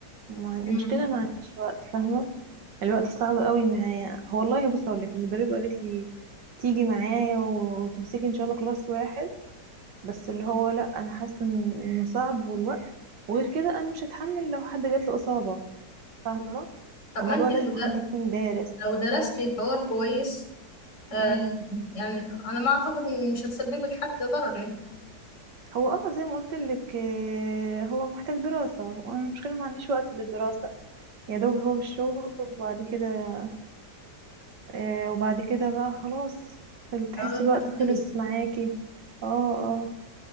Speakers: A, on the right (about 75°); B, on the left (about 75°).
A: ما
B: مم.
A: المشكلة ما عنديش وقت فاهمة الوقت صعب قوي معايا هو والله بص اقول لك المدربة قالت لي تيجي معايا وتمسكي ان شاء الله كلاس واحد بس اللي هو لا انا حاسة إن- انه صعب والوقت وغير كده انا مش هتحمل لو حد جات له إصابة فاهمة
B: طب
A: الموضوع
B: ما انت
A: لازم
B: لو در-
A: حد يكون دارس
B: لو درستي الحوار كويس آه
A: امم
B: يعني انا ما اعتقد ان مش هتسببي لحد ضرر يعني
A: هو اه زي ما قلت لك آه، هو محتاج دراسة وانا المشكلة ما عنديش وقت للدراسة يا
B: بس
A: دوب هو الشغل وبعد كده آه وبعد كده بقى خلاص خل- تحسي
B: لو
A: الوقت
B: تفكري-
A: خلص معاكي اه اه